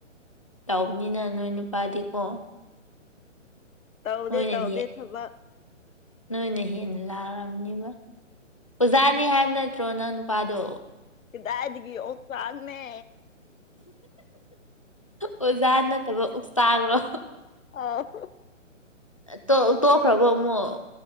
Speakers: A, on the left; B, on the left.
A: ꯇꯧꯕꯅꯤꯅ ꯅꯣꯏ ꯅꯨꯄꯥꯗꯤꯀꯣ
B: ꯇꯧꯗꯦ
A: ꯅꯣꯏꯅ
B: ꯇꯧꯗꯦ
A: ꯍꯦ
B: ꯊꯕꯛ
A: ꯅꯣꯏꯅ ꯍꯦꯟꯅ ꯂꯥꯛꯔꯝꯅꯤꯕ ꯑꯣꯖꯥꯅꯤ ꯍꯥꯏꯕ ꯅꯠꯇ꯭ꯔꯣ ꯅꯪ ꯅꯨꯄꯥꯗꯣ
B: ꯀꯗꯥꯏꯘꯒꯤ ꯑꯣꯛꯆꯥꯛꯅꯦ
A: ꯑꯣꯖꯥ ꯅꯠꯇꯕ ꯑꯣꯛꯁꯇꯔꯣ
B: ꯑꯧ
A: ꯇꯣꯛ ꯇꯣꯛꯈ꯭ꯔꯕꯣ ꯑꯃꯨꯛ